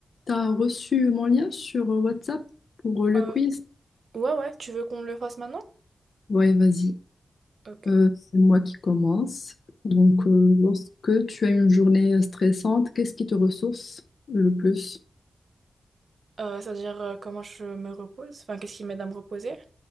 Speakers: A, on the left; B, on the right.
A: T'as reçu mon lien sur euh, WhatsApp pour euh, le
B: Euh,
A: quiz?
B: ouais, ouais, tu veux qu'on le fasse maintenant?
A: Ouais, vas-y.
B: Ok.
A: Euh, c'est moi qui commence. Donc, euh, lorsque tu as une journée stressante, qu'est-ce qui te ressource le plus?
B: Euh, c'est-à-dire euh, comment je me repose, enfin qu'est-ce qui m'aide à me reposer.